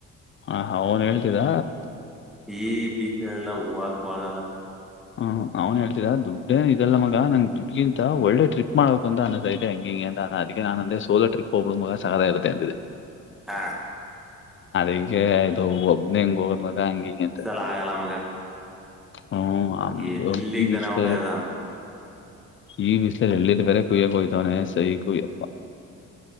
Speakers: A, on the left; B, in the centre.
A: ಹ ಹ ಅವನ್ ಹೇಳ್ತಿದ್ದ
B: ಈ ಬೀಸನೆಲ್ಲ ಹೂಕ್ುವಾಗಲ್ಲ
A: ಹ್ ನಾವ್ನ್ ಹೇಳ್ತಿದಾ ದುಡ್ಡನ್ ಇದಲ್ಲ ನ ಮಗ ನನ್ ದುಡ್ಗಿಂತ ಒಳ್ಳೆ ಟ್ರಿಪ್ ಮಾಡಬೇಕು ಅಂತ ಅನ್ನಸೈತೆ ಹಂಗಿಂಗಗೆ ಅದಕ್ಕೆ ನಾನ ಅಂದ ಸೋಲೋ ಟ್ರಿಪ್ ಹೋಗಬ ಮಗ ಸಹಾದ ಇತ್ತೆ ಅಂತಂದಿದೆ
B: ಹಾ
A: ಅಿಗೆ ಆಯದು ಒಬ್ಬನ ಹೆಂಗ್ ಹೋದ್ ಮಗ ಹಂಗಿ ಹಂಗತೆ
B: ಲಗಾಲಮಗೆ
A: ಹ್ಮ ಆಮ
B: ಎಲ್ಲಿಗ್
A: ಹೋಗ ಬಿಿಸ್ತರೆ
B: ತಾನೆ ಹೋಗ್ತಾ ಇದ್ದಾನ
A: ಈ ವಿಿಸಲ ಹೇಳಳ್ಳ ಬೇರೆ ಕೊಯ ತಾನೆ ಸ ಕೊಯ ಅಪ್ಪ